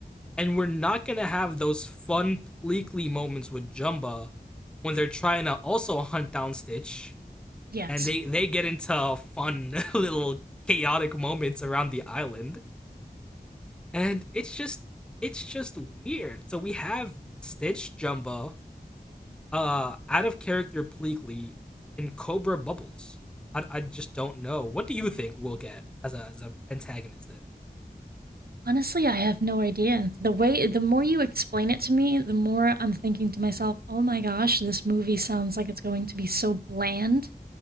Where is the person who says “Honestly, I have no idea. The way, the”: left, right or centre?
Right